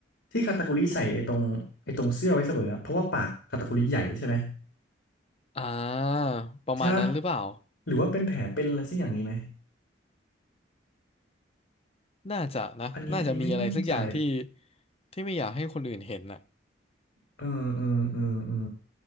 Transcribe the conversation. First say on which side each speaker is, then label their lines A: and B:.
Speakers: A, on the left; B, on the left.
A: ที่คาตาคุริใส่ไอ้ตรงไอ้ตรงเสื้อไว้เสมออะเพราะว่าปากคาตาคุริใหญ่ใช่ไหม
B: อ่าประมาณนั้นหรือเปล่า
A: ใช่ปะหรือว่าเป็นแผลเป็นอะไรสักอย่างนี้ไหม
B: น่าจะนะน่าจะมีอะไรสักอย่างที่
A: อันนี้อันนี้ไม่มั่นใจ
B: ที่ไม่อยากให้คนอื่นเห็นน่ะ
A: เออเออเออเออ